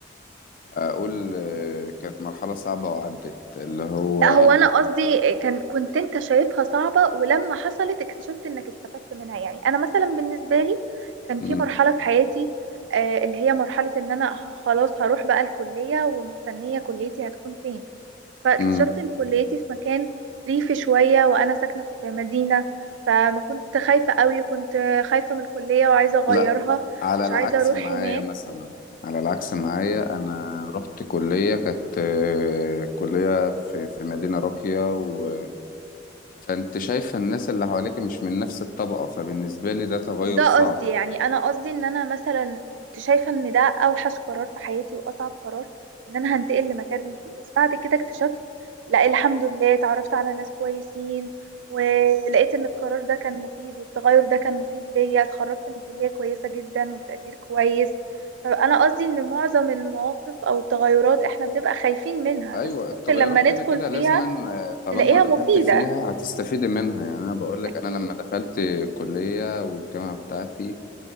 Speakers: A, on the left (about 45°); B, on the right (about 70°).
A: آه، أقول آه، كانت مرحلة صعبة وعدت اللي هو
B: لا هو انا قصدي كان كنت انت شايفها صعبة ولما حصلت اكتشفت انك استفدت منها يعني انا مثلا بالنسبة لي كان في
A: مم.
B: مرحلة في حياتي آه، اللي هي مرحلة ان انا خلاص هروح بقى الكلية ومستنية كليتي هتكون فين فاكتشفت
A: مم.
B: ان كليتي في مكان ريفي شوية وانا ساكنة في مدينة فما كنت خايفة قوي وكنت خايفة من الكلية وعايزة اغيرها
A: لا على
B: مش
A: العكس
B: عايزة اروح
A: معايا
B: هناك
A: مثلا على العكس معايا انا رحت كلية كانت آه، كلية في في مدينة راقية و... فانت شايفة الناس اللي حواليك مش من نفس الطبقة فبالنسبة لي ده تغير
B: مش ده
A: صعب
B: قصدي يعني انا قصدي ان انا مثلا كنت شايفه ان ده اوحش قرار في حياتي واصعب قرار ان انا هنتقل لمكان ريفي بس بعد كده اكتشفت لا الحمد لله اتعرفت على ناس كويسين ولقيت ان القرار ده كان مفيد والتغير ده كان مفيد ليا اتخرجت من كلية كويسة جدا وبتقدير كويس فانا قصدي ان معظم المواقف او التغيرات احنا بنبقى خايفين منها
A: ايوه
B: بس
A: التغيرات
B: ممكن لما ندخل
A: كده كده
B: فيها
A: لازما آه، طالما
B: نلاقيها
A: دخلت
B: مفيدة
A: فيها هتستفيدي منها يعني انا بقول لك
B: اكيد
A: انا لما دخلت الكلية والجامعة بتاعتي